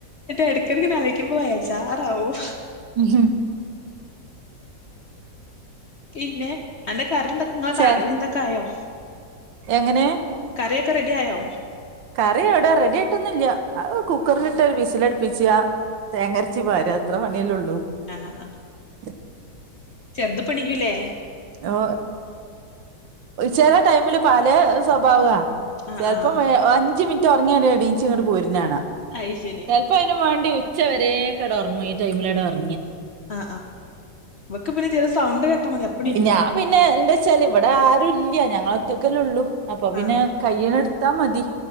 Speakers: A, on the left; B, on the right.
A: ഇടക്കിടക്ക ആലോചിക്കുമ്പോൾ വെജാറവും
B: ഉ ഹ
A: പിന്നെ എന്റെ കറിയും
B: ചെ
A: ഒക്കെ ആയോ
B: എങ്ങനെ
A: കറിയൊക്കെ റെഡി ആയോ
B: കറി എവിടാ റെഡി ആയിട്ടൊന്നുമില്ല കുക്കറിലിട്ട് വിസിലടിപിക്കുക തേങ്ങ അരച്ച് ഒഴികുക അത്ര പണിയല്ലേ ഉള്ളൂ
A: ആഹ
B: ആ
A: ചെറുത് ഇപ്പോ എനിക്കൂലെ
B: ഓ ചില ടൈമില് പല സ്വഭാവം ആണ്
A: ആഹ്
B: ചിലപ്പോൾ
A: ആഹ്
B: അഞ്ച് മിനിറ്റ് ഉങ്ങിയാൽ എണിറ്റു ഇങ്ങോട്ട് പോരുന്നത് കാണാം
A: അയ് ശരി
B: ചിലപ്പോ അതിന് വേണ്ടി ഉച്ച വരെ കിടന്നുറങ്ങും ഈ ടൈമിൽ ഉറങ്ങിയാൽ
A: ആ ആക്ക് പിന്നെ ചില സൗണ്ട് മതി അപ്പണീറ്റ്
B: ഞാൻ
A: പോരും
B: പിന്നെ എന്താ വച്ചാല് ഇവിടെ ആരു ഇല്ല ഞങ്ങൾ ഒറ്റക്കല്ല ഉള്ളൂ അപ്പൊ പിന്നെ
A: ആഹ്
B: കഴിയുന്നത് എടുത്തൽ മതി